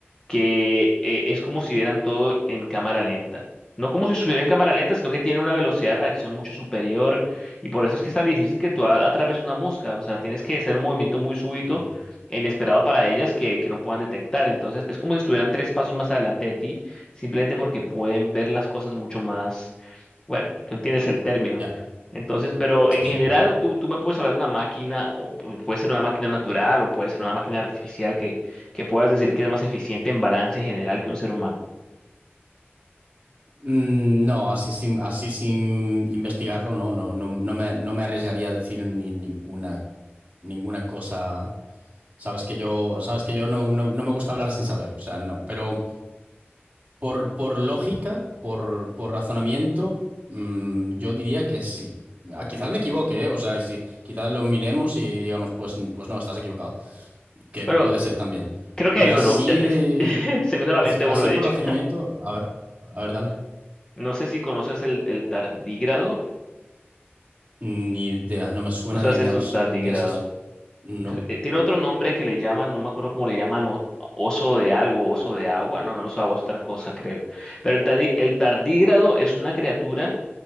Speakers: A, on the left; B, on the right.
A: que eh, es como si vieran todo en cámara lenta. No como si estuviera en cámara lenta, sino que tiene una velocidad de reacción mucho superior y por eso es que es tan difícil que tú a- atrapes una mosca. O sea, tienes que hacer un movimiento muy súbito
B: ujú,
A: e inesperado para ellas que, que no puedan detectar. Entonces, es como si estuvieran tres pasos más adelante de ti, simplemente porque pueden ver las cosas mucho más. Bueno, tú entiendes el término.
B: ya,
A: Entonces, pero
B: sí,
A: en general,
B: sí.
A: tú, tú me puedes hablar de una máquina, o pu- puede ser una máquina natural, o puede ser una máquina artificial que, que puedas decir que es más eficiente en balance general que un ser humano.
B: Mm, no, así sin, así sin investigarlo, no, no, no, no me, no me arriesgaría a decir ni ninguna, ninguna cosa. Sabes que yo, sabes que yo no, no, no me gusta hablar sin saber, o sea, no, pero Por, por lógica, por, por razonamiento, mm, yo diría que sí. Ah, quizás me equivoque, ¿eh? O sea, sí, quizás lo miremos y digamos, pues, pues no, estás equivocado. Que
A: Pero
B: puede ser también.
A: creo que
B: Pero
A: hay
B: así
A: uno, ya, ya
B: de-
A: <laughs> se me vino a la
B: as-
A: mente
B: así
A: uno, de
B: por
A: hecho.
B: razonamiento, a ver, a ver, dale.
A: No sé si conoces el, el tardígrado,
B: Ni idea, no me suena
A: no sé
B: de
A: si
B: en
A: es
B: absoluto
A: un tardígrado.
B: qué es eso. No.
A: Eso- eh, tiene otro nombre que le llaman, no me acuerdo cómo le llaman, o- oso de algo, oso de agua, no, no, el oso de agua es otra cosa, creo. Pero el, tardi- el tardígrado es una criatura